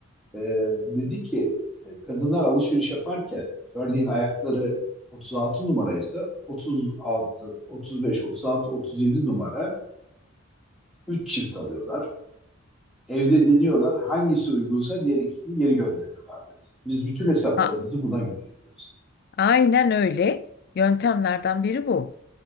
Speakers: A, in the centre; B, on the left (about 45°).
A: E, dedi ki e, kadınlar alışveriş yaparken örneğin ayakları 36 numaraysa 36, 35, 36, 37 numara 3 çift alıyorlar. Evde deniyorlar. Hangisi uygunsa diğer ikisini geri gönderiyorlar dedi. Biz bütün hesaplarımızı
B: Ha.
A: buna göre yapıyoruz.
B: Aynen öyle. Yöntemlerden biri bu.